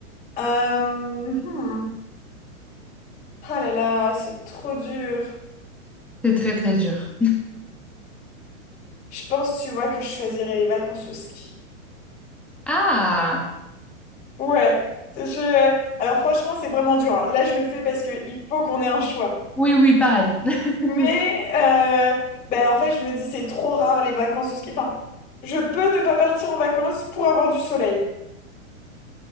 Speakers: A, on the left (about 20°); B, in the centre.
A: euh, hmm, ah là là, c'est trop dur.
B: C'est très très dur.
A: Je pense, tu vois, que je choisirais les vacances au ski.
B: Ah!
A: Ouais. Je... Alors franchement, c'est vraiment dur. hein. Là, je le fais parce qu'il faut qu'on ait un choix.
B: Oui, oui, pareil. <laughs>
A: Mais euh, ben, en fait, je me dis, c'est trop rare les vacances au ski. Enfin, je peux ne pas partir en vacances pour avoir du soleil.